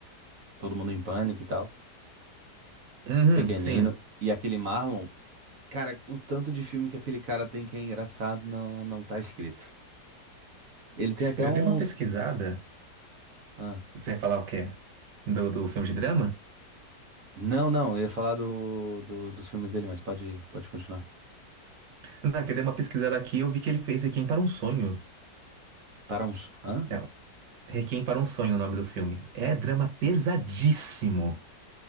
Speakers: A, on the right (about 60°); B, on the right (about 85°).
A: Todo Mundo em Pânico e tal.
B: Uhum,
A: Pequenino.
B: sim.
A: E aquele Marlon. Cara, o tanto de filme que aquele cara tem que é engraçado não, não tá escrito. Ele tem até
B: Eu
A: uns.
B: dei uma pesquisada.
A: Ah.
B: Você ia falar o quê? Do, do filme de drama?
A: Não, não, eu ia falar do, do- dos filmes dele, mas pode, pode continuar.
B: Não, que eu dei uma pesquisada aqui e eu vi que ele fez Requiem para um Sonho.
A: Para uns. Hã?
B: Não, Requiem para um Sonho é o nome do filme. É drama pesadíssimo.